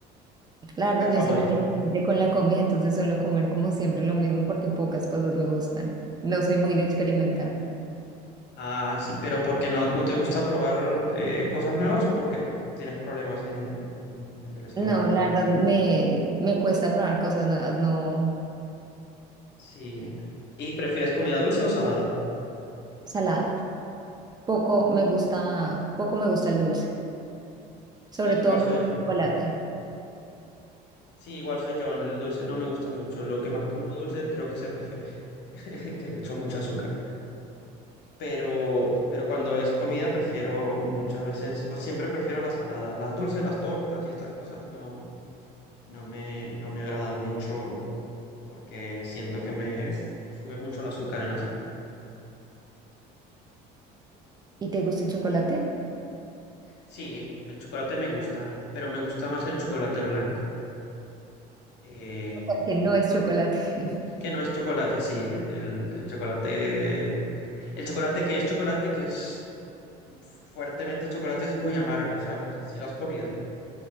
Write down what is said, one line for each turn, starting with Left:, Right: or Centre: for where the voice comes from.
Right: La verdad,
Left: ¿Qué favorita?
Right: yo soy muy exigente con la comida, entonces suelo comer como siempre lo mismo porque pocas cosas me gustan. No soy muy de experimentar.
Left: Ah, sí, pero porque no, no te gusta probar eh, cosas nuevas o porque tienes problemas en, en, en el estómago?
Right: No, la verdad, me, me cuesta probar cosas nuevas, no
Left: Sí. ¿Y prefieres comida dulce o salada?
Right: salada. Poco me gusta, poco me gusta el dulce. Sobre
Left: Sí, igual
Right: todo me
Left: soy
Right: gusta
Left: yo.
Right: el chocolate.
Left: Sí, igual soy yo, el dulce no me gusta mucho. Lo que más como dulce creo que es el café, <laughs> que le echo mucho azúcar. Pero, pero cuando es comida prefiero muchas veces, o siempre prefiero la salada. Las dulces, las tortas y estas cosas no, no me, no me agradan mucho porque siento que me sube mucho el azúcar en la sangre.
Right: ¿Y te gusta el chocolate?
Left: Sí, el chocolate me gusta, pero me gusta más el chocolate blanco, eh,
Right: Porque no es chocolate. <laughs>
Left: que no es chocolate, sí, el, el- el chocolate El chocolate que es chocolate, que es fuertemente chocolate, es muy amargo, ¿sabes? Si lo has comido.